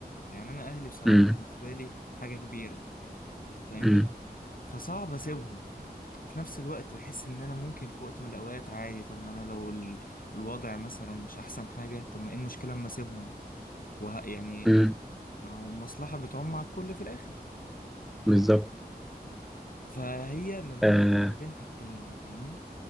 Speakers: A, on the left (about 60°); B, in the centre.
A: يعني انا اهلي بصراحة
B: مم.
A: بالنسبة لي حاجة كبيرة فاهمني
B: مم.
A: فصعب اسيبهم في نفس الوقت بحس ان انا ممكن في وقت من الاوقات عادي طب ما انا لو ال- الوضع مثلا مش احسن حاجة طب ما ايه المشكلة اما اسيبهم وه... يعني
B: مم.
A: ما هو المصلحة بتعم على الكل في الاخر
B: بالظبط
A: فهي ما بين
B: آه،
A: ما بين حاجتين فاهمني